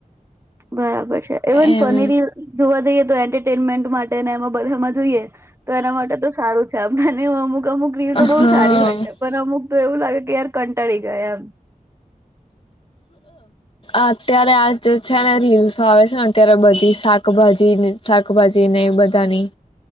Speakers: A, on the right; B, on the left.
A: બરાબર. એવન
B: એમ
A: ફનેરી જોવા જઈએ એન્ટરટેનમેન્ટ માટે ને એમાં બધામાં જોઈએ તો એના માટે તો સારું કને અમુક અમુક રીલ તો બહુ
B: હા
A: સારી હોય છે પણ અમુક તો એવું લાગે કે યાર કંટાળી ગયા એમ
B: અત્યારે આ જે છે ને રીલ્સો આવે છે ને અત્યારે બધી શાકભાજી શાકભાજીને બધાની